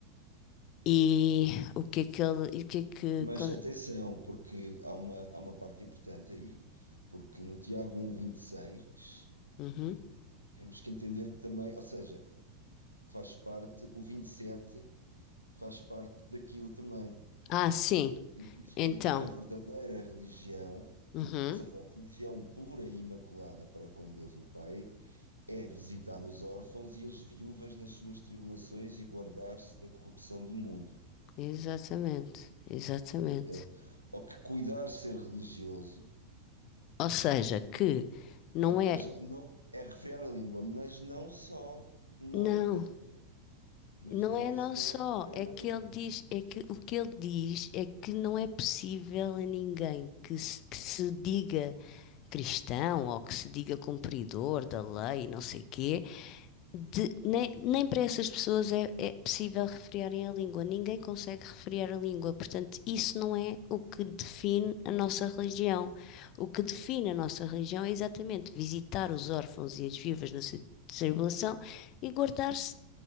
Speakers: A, on the left (about 40°); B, on the right (about 80°).
A: E o que é que ele, e o que é que...
B: Mas
A: con-
B: atenção, porque há uma, há uma parte importante aí, porque no Tiago um 1, seis
A: Uhum.
B: temos que entender também, ou seja, faz parte o vinte e sete faz parte daquilo também.
A: Ah, sim,
B: Pois diz
A: então.
B: que a verdadeira religião,
A: Uhum.
B: ou seja, a religião pura e imaculada para com Deus o Pai, é visitar os órfãos e as viúvas nas suas tribulações e guardar-se da corrupção do mundo,
A: Exatamente, exatamente.
B: certo? Ou que cuidar ser religioso
A: Ou seja, que não
B: é para
A: é.
B: já, não, é refrear a língua, mas não só, não,
A: Não.
B: ou seja, mas
A: Não
B: não
A: é
B: é
A: não
B: só
A: só,
B: refrear
A: é que
B: a língua.
A: ele diz, é que o que ele diz é que não é possível a ninguém que se, que se diga cristão ou que se diga cumpridor da lei, não sei quê, de- nem, nem para essas pessoas é, é possível refrearem a língua. Ninguém consegue refrear a língua. Portanto, isso não é o que define a nossa religião. O que define a nossa religião é exatamente visitar os órfãos e as viúvas na sua tribulação e guardar-se